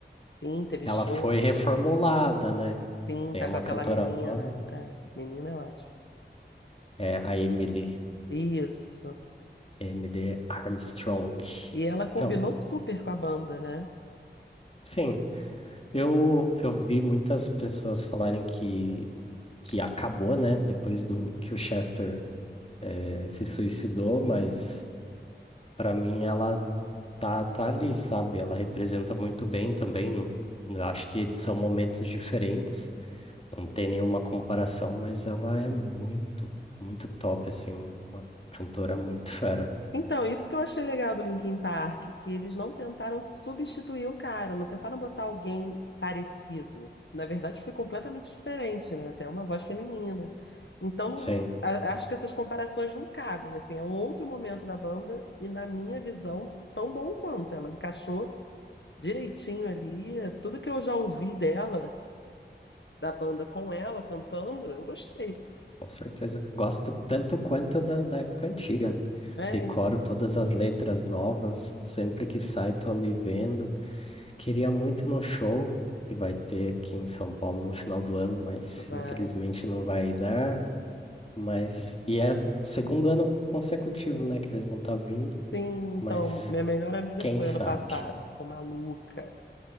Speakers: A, on the left; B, on the left.
A: Sim, teve
B: Ela
A: show.
B: foi reformulada, né?
A: Sim,
B: Tem
A: tá
B: uma
A: com aquela
B: cantora
A: menina.
B: nova,
A: Ah, menina é ótimo.
B: é a Emily,
A: Isso.
B: Emily Armstrong.
A: E ela combinou
B: Então,
A: super com a banda, né?
B: sim, eu, eu vi muitas pessoas falarem que, que acabou, né? Depois do que o Chester eh, se suicidou,
A: Uhum.
B: mas pra mim ela tá, tá ali, sabe? Ela representa muito bem também. Não, eu acho que são momentos diferentes. Não tem nenhuma comparação, mas ela é muito, muito top, assim, uma cantora muito fera.
A: Então, isso que eu achei legal do Linkin Park, que eles não tentaram substituir o cara, não tentaram botar alguém parecido. Na verdade, foi completamente diferente, né? Até uma voz feminina. Então, não-
B: Sim,
A: a- acho que essas comparações não cabem, assim, é um outro momento da banda e, na minha visão, tão bom quanto. Ela encaixou direitinho ali, tudo que eu já ouvi dela, da banda com ela cantando, eu gostei.
B: com certeza. Gosto tanto quanto da, da época antiga.
A: É,
B: Decoro
A: então,
B: todas as letras novas, sempre que sai tô ali vendo. Queria muito ir no show que vai ter aqui em São Paulo no final do ano, mas
A: vai.
B: infelizmente não vai dar. Mas, e é o segundo ano consecutivo, né, que eles vão estar vindo,
A: Sim, então,
B: mas
A: minha melhor amiga
B: quem
A: foi
B: sabe,
A: ano passado, ficou maluca,